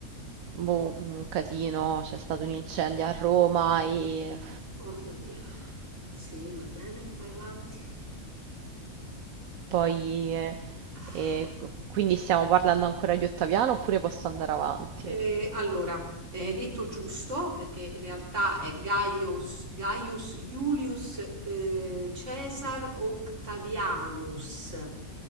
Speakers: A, on the right (about 80°); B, on the right (about 60°).
A: boh, un casino, c'è stato un incendio a Roma e
B: Oh mio Dio. Sì, va bene, vai avanti.
A: Poi, eh,
B: Ah.
A: eh, quindi stiamo parlando ancora di Ottaviano oppure posso andare avanti?
B: Eh, allora, hai detto giusto, perché in realtà è Gaius, Gaius Julius eh, Caesar Octavianus.